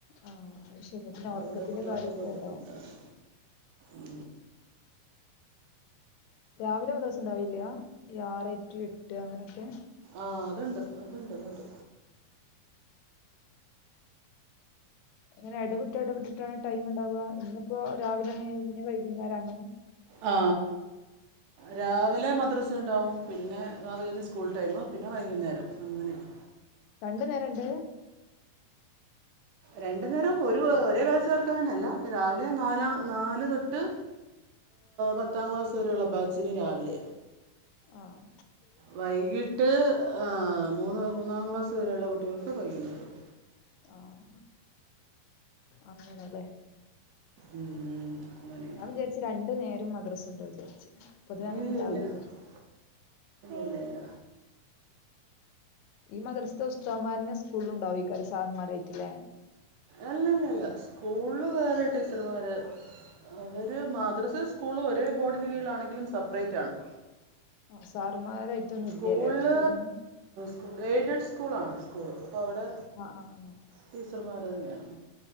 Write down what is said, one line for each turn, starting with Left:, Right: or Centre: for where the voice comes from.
Left: ആഹ് അത് ശരിയാ പിന്നെ
Right: അവരുടെ
Left: ഉറക്കത്തിന്റെ
Right: കുട്ടികൾക്കൊക്കെ
Left: കാര്യൊക്കെ
Right: ബുദ്ധിമുട്ടാണ്
Left: ഇതാവും
Right: ഉ
Left: രാവിലെ ഒരു ദിവസവും ഉണ്ടാകില്ല ഇ ആറ്എ ട്ട് അങ്ങനെയൊക്കെ
Right: ആഹ അതുണ്ട് അതുണ്ട് അതുണ്ട്
Left: ഇങ്ങനെ ഇടവിട്ട് ഇടവിട്ടിട്ടാണ് ടൈം ഉണ്ടാവുക ഇന്ന് ഇപ്പോൊ രാവിലെണെ പിന്നെ വൈകുന്നേരം അങ്ങനെ
Right: ആ രാവിലെ മദ്രസ ഉണ്ടാവും പിന്നെ അത് കഴിഞ്ഞ് സ്കൂൾ ടൈം പിന്നെ വൈകുന്നേരം അങ്ങനെയാണ്
Left: രണ്ടു നേരണ്ട്
Right: രണ്ടു നേരം ഒരു ഒരേ ക്ലാസ്സർക്ക് അങ്ങനെയല്ല രാവിലെ നാലാം നാലു തൊട്ട് പത്താം ക്ലാസ് വരെയുള്ള ബാച്ചിന് രാവിലെ
Left: ആഹ
Right: വൈകിട്ട് ആ മൂന്ന് മൂന്നാം ക്ലാസ് വരെയുള്ള കുട്ടികൾക്ക് വൈകുന്നേരം
Left: ആഹ അങ്ങനല്ലേ
Right: ഉം, അങ്ങനെയാണ്
Left: ഞാൻ വിചാരിച്ചു രണ്ടു നേരം മദ്രസ ഉണ്ട വിചാരിച്ചു പൊതുവെ അങ്ങനെ
Right: ഇല്ല
Left: ഉണ്ടാവില്ല
Right: ഇല്ല ഇല്ല ഇല്ല ഇല്ല
Left: ഈ മദർസ്ഥ ഉസ്തമാരന സ്കൂള ഉണ്ടാവ ഈക്കാര് സാറിന്മാരായിട്ടില്ലേ
Right: അല്ലല്ലല്ല സ്കൂള് വേറെ ടീച്ചർമാര് അവര് മാദ്രസ സ്കൂള് ഒരേ ബോർഡിന് കീഴിലാണെങ്കിലും സെപ്പറേറ്റ് ആണ്
Left: ആ സാറമാരായിട്ടൊന്നും
Right: സ്കൂളിൽ
Left: ഇല്ലല്ലേ അവിടേത്തര്തന്നെ
Right: സ്കൂൾ എയ്ഡ്സ് സ്കൂളാണ് സ്കൂള് അപ്പോൾ അവിടെ
Left: ആഹ് ആഹ് ആഹ്
Right: ടീച്ചർമാർ തന്നെയാണ്